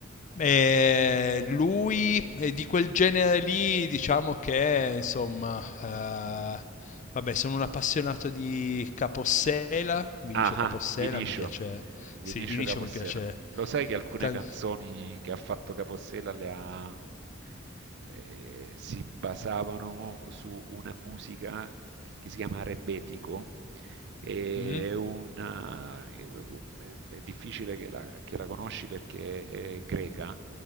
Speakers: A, on the left (about 35°); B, on the right (about 55°).
A: E lui è di quel genere lì, diciamo che insomma, eh, vabbè, sono un appassionato di Capossela, Vinicio
B: Ah,
A: Capossela,
B: ah, Vinicio,
A: mi piace,
B: Vinicio
A: sì, Vinicio
B: Capossela.
A: mi piace
B: Lo sai che alcune
A: tan-
B: canzoni che ha fatto Capossela le ha, eh, si basavano su una musica che si chiama Rebetico, è,
A: mm,
B: una- è- è difficile che la, che la conosci perché è greca,